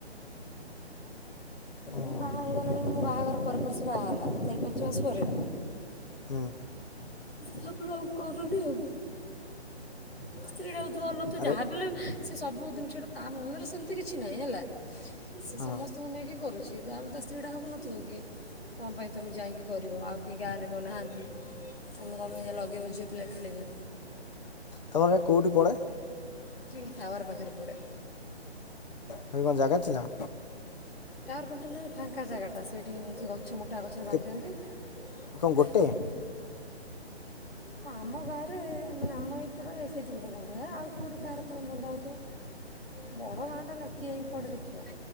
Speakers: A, on the left; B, on the left.
A: ଓଃହୋ।
B: ଏ ବାହା ହେଇଗଲାଣି ମୋ ବାହାଘର ପରେ ପରେ ସେ ବାହା ହେଲା ଚାରି ପାଞ୍ଚ ମାସ ପରେ।
A: ହୁଁ।
B: ତା ପରେ ଆଉ କରୁନି ଆଉ। ସ୍ତ୍ରୀଟା ବହୁତ୍ ଭଲ ତ
A: ଆରେ
B: ଯାହାବି ହେଲେ ସେ ସବୁ ଜିନିଷଟା ତା ମନରେ ସେମିତି କିଛି ନାହିଁ ହେଲା। ସେ
A: ହଁ
B: ସମସ୍ତଙ୍କୁ ନେଇକି କରୁଛି। ଯେ ଯାହା ହେଲେ ତା ସ୍ତ୍ରୀ ଟା ଭାବୁନଥିବ କି କଁ ପାଇଁ ତମେ ଯାଇକି କରିବ। ଆଉ କେଇ ଗାଁ ରେ କଣ ନାହାଁନ୍ତି। ତମେ କଁ ପାଇଁ ଯାଇ ଲଗେଇବ ଝିଅ ପିଲା ଖେଳିବେ?
A: ତୁମର ଏଇଟା କେଉଁଠି ପଡ଼େ
B: ଟି ଟାୱାର ପାଖରେ ପଡ଼େ।
A: ହେଇ କଣ ଜାଗା ଥିଲା?
B: ଟାୱାର ପାଖରେ ନାଇଁ ଫାଙ୍କା ଜାଗା ଟା ସେଇଠି ମୁଁ ସେ ଗଛ ଗଛ ମୋଟା ଗଛ ରେ ବାନ୍ଧି
A: କେ-
B: ଦିଅନ୍ତି।
A: କ'ଣ ଗୋଟେ
B: ହଁ ଆମ ଗାଁରେ ମାନେ ଆମ ଏଇପଟରେ ସେଇଠି ଗୋଟାଏ ବନ୍ଧା ହୁଏ। ଆଉ କୋଉଠି କାହାର ବନ୍ଧା ହଉଥିବ? ବଡ ଗାଁ ଟା ନା କିଏ ଯାଇଁ କୁଆଡେ ଦେଖିବ?